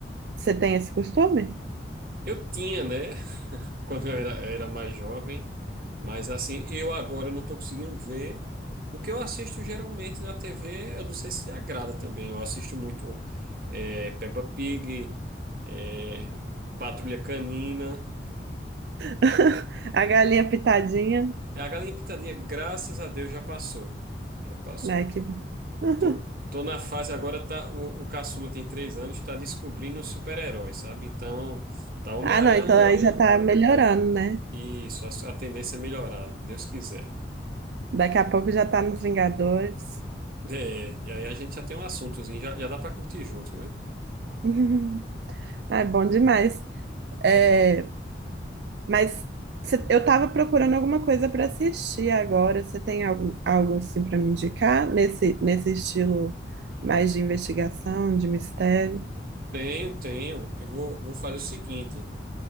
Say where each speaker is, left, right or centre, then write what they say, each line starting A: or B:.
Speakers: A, on the right; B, on the right.
A: Você tem esse costume?
B: Eu tinha, né? <laughs> Quando eu era, era mais jovem. Mas assim, eu agora não estou conseguindo ver. O que eu assisto geralmente na TV, eu não sei se agrada também. Eu assisto muito eh, Peppa Pig, eh, Patrulha Canina.
A: <laughs> A galinha pitadinha.
B: É, A galinha pintadinha, graças a Deus, já passou. Já passou.
A: Ai, que... <laughs>
B: Tô, tô na fase agora, tá, o, o caçula tem três anos, tá descobrindo os super-heróis, sabe? Então, tá Homem-Aranha,
A: Ah, não, então aí já tá melhorando, né?
B: isso, a, a tendência é melhorar, Deus quiser.
A: Daqui a pouco já tá nos Vingadores.
B: É, e aí a gente já tem um assuntozinho, já, já dá pra curtir junto, né?
A: <laughs> Ah, é bom demais. É, mas cê- eu tava procurando alguma coisa para assistir agora. Você tem algo, algo assim para me indicar nesse, nesse estilo mais de investigação, de mistério?
B: Tenho, tenho. Eu vou, vou fazer o seguinte.